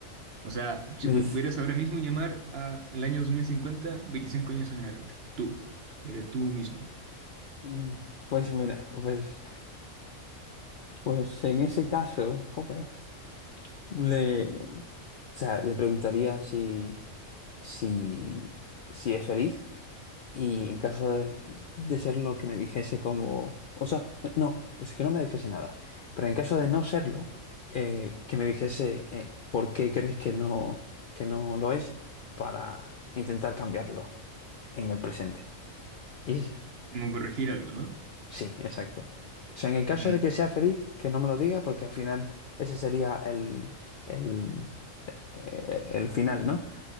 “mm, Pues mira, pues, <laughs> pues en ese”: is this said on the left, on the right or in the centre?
Left